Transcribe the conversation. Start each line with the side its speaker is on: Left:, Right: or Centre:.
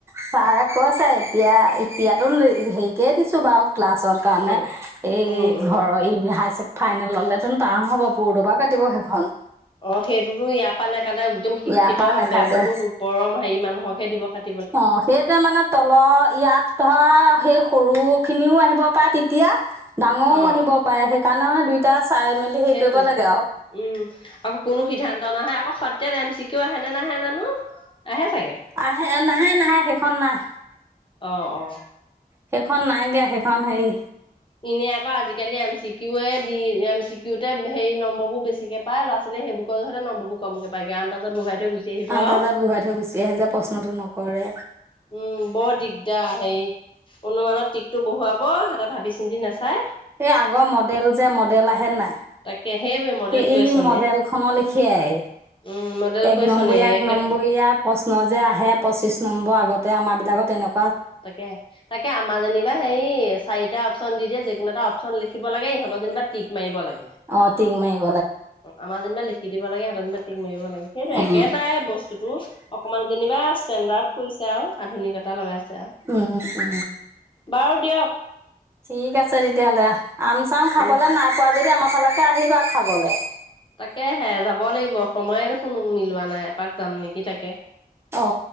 Right: ছাৰে কৈছে এতিয়া এতিয়াতো হেৰিকেই দিছো বাৰু ক্লাছৰ কাৰণে,
Left: উম
Right: এই
Left: উম উম
Right: ঘৰৰ এই হাই ফাইনেল ললে টোন টান হ'ব বৰডবা কাটিব সেইখন।
Left: অ সেইটোতো ইয়াৰ পৰা নেকাতে একদম শিক্ষিত
Right: ইয়াৰ পৰা নাকাটে
Left: বহুত ওপৰৰ হেৰি মানুহকহে দিব কাটিব।
Right: অ সেইতোৱে মানে তলৰ, ইয়াত ধৰা সেই সৰু সৰু খিনিও আহিব পাৰে তেতিয়া ডাঙৰও
Left: অ
Right: আহিব পাৰে, সেইকাৰণে মানে দুইটা। চাই মেলি হেৰি
Left: সেইটোৱে,
Right: কৰিব লাগে আৰু
Left: উম আকৌ কোনো সিদ্ধান্ত নহয় আকৌ সত। এতিয়া ৰেমচিকিও আহেনে নাহে জানো? আহে চাগে
Right: আহে নাহে নাহে সেইখন নাই।
Left: অহ অহ
Right: সেইখন নাইকিয়া, সেইখন হেৰি
Left: এনেই আকৌ আজিকালি এম চি কিউে দি এম চি কিউতে সে নম্বৰ বোৰ বেছিকে পায় ল'ৰা ছোৱালী। সেইবোৰৰ কইগহতে নম্ববোৰ কম কে পায় গে আনদাজত বহুৱাই। থৈ গুচি আহিব
Right: আন্দাজত
Left: আৰু
Right: বহুৱাই থৈ গুচি আহে যে প্ৰশ্নতটো নকৰে।
Left: উম বৰ দিগদাৰ হেৰি অনুমানত টিকতটো বহুৱাব সহতে ভাবি চিন্তি নাচাই।
Right: এই আগৰ মডেল যে মডেল আহে নাই?
Left: তাকে সেইবোৰে মডেল
Right: সেই
Left: কুৱেচনে
Right: মডেল খনৰ লিখিয়াই।
Left: উম মডেল
Right: এক
Left: কুৱেচনে
Right: নম্বৰীয়া, এক
Left: একেটাহে
Right: নম্বৰীয়া প্ৰশ্ন যে আহে, পঁচিশ নম্বৰ আগত। আমাৰ বিলাকত তেনেকোৱা
Left: তাকেহে তাকে আমাৰ জনিবা হেৰি চাৰিটা অপশচন দি দিয়ে, যিকোনো এটা অপশচন লিখিব লাগে ইহঁত। বজেনিবা টিক মাৰিব লাগে।
Right: অ তিগ মাইব
Left: আমাৰ যেনিবা লিখি দিব লাগে, সিহতৰ যেনিবা টিক মাৰিব লাগে, সেইটো
Right: উম
Left: একেটাই বস্তুতটো। অকনমান যেনিবা ষ্টেণ্ডাৰ্ড কৰিছে আৰু আধুনিকতা লগাইছে। আৰু
Right: উম উ
Left: বাৰু দিয়ক
Right: ঠিক আছে তেতিয়াহ'লে আহ। আম চাম খাবলৈ
Left: উম
Right: নাই পোৱা যদি আমাৰ ফালেকে আহিবা খাবলৈ?
Left: তাকেহে যাব লাগিব সময় দেখোন মিলোৱা নাই, এপাক যাম নেকি তাকে।
Right: অ